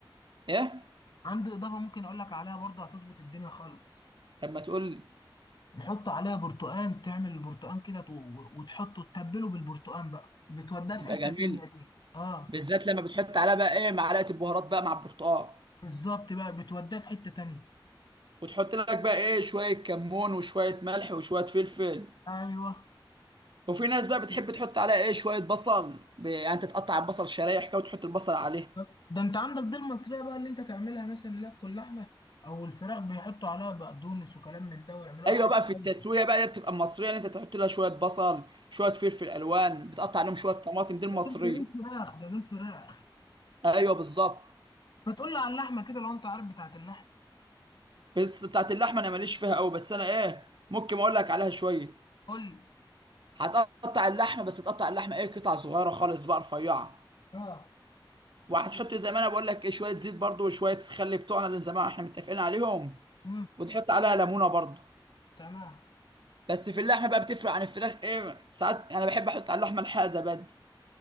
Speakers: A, on the right (about 65°); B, on the left (about 60°).
A: ايه
B: عندي اضافه ممكن اقول لك عليها برضه هتظبط الدنيا خالص
A: لما تقول لي
B: نحط عليها برتقان تعمل البرتقان كده تو- و- وتحطه تتبله بالبرتقان بقى بتوديه في
A: تبقى
B: حته
A: جميل
B: تانيه دي اه
A: بالذات لما بتحط عليها بقى ايه معلقه البهارات بقى مع البرتقال
B: بالظبط بقى بتوديه في حته تانيه
A: وتحط لك بقى ايه شويه كمون وشويه ملح وشويه فلفل
B: ايوه
A: وفي ناس بقى بتحب تحط عليها ايه شويه بصل ب... يعني انت تقطع البصل شرايح كده وتحط البصل عليه
B: طب ده انت عندك دي المصرية بقى اللي انت تعملها مثلا لك اللحمة او الفراخ بيحطوا عليها بقدونس وكلام من ده ويعملوها
A: ايوه
B: في عيش
A: بقى في التسويه
B: كايزر
A: بقى دي بتبقى المصريه اللي انت تحط لها شويه بصل شويه فلفل الوان بتقطع عليهم شويه طماطم دي المصريه
B: ده دول دول فراخ ده دول فراخ
A: ايوه بالظبط
B: ما تقول لي على اللحمة كده لو انت عارف بتاعت اللحمة
A: بس بتاعت اللحمه انا ماليش فيها قوي بس انا ايه ممكن اقول لك عليها شويه
B: قول لي
A: هتقطع اللحمه بس تقطع اللحمه ايه قطع صغيره خالص بقى رفيعه
B: اه
A: وهتحط زي ما انا بقول لك ايه شويه زيت برضو وشويه الخل بتوعنا اللي زمان احنا متفقين عليهم
B: امم
A: وتحط عليها ليمونه برضو
B: تمام
A: بس في اللحمه بقى بتفرق عن الفراخ ايه ساعات انا بحب احط على اللحمه الحقيقه زبادي